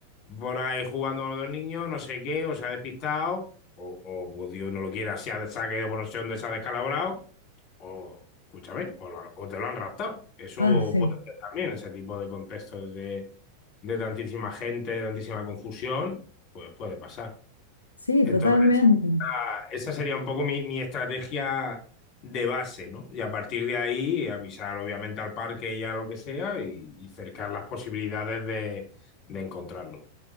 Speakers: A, on the left; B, on the left.
A: por ahí jugando con los niños, no sé qué, o se ha despistado, o, o pues Dios no lo quiera, se ha, se ha caído por no sé dónde, se ha descalabrado o, escúchame, o, lo han- o te lo han raptado. Eso
B: Ah, sí,
A: puede ser también, ese tipo de contextos de, de tantísima gente, de tantísima confusión, pues puede pasar.
B: sí,
A: Entonces,
B: totalmente.
A: a- esa sería un poco mi, mi estrategia de base, ¿no? Y a partir de ahí, avisar obviamente al parque y a lo que sea y, y cercar las posibilidades de, de encontrarlo.